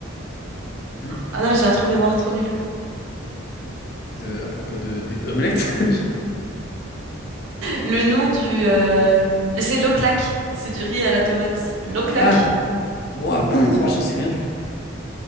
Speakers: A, on the left; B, on the right.
A: Hmm
B: Ah non, j'ai un trou de mémoire trop nul.
A: De, à propos de, des omelettes. <laughs> je-
B: Le nom du... euh, C'est l'oclac. C'est du riz à la tomate. L'oclac.
A: Ah! Ouah, pff, ouah, j'en sais rien du tout.